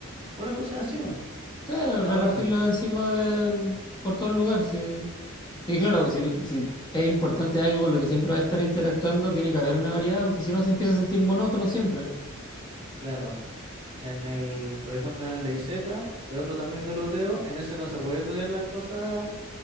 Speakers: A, on the right; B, on the left.
A: pones cosas encima
B: Claro,
A: y no
B: repartirlo
A: lo hacen.
B: encima del, por todo el lugar, sí. Y claro, si, si es importante algo con lo que siempre va a estar interactuando, tiene que haber una variedad, porque si no se empieza a sentir monótono siempre.
A: Claro, en el, por ejemplo, en el de I Z, que es otro también de looteo, en ese no se puede lootear las cosas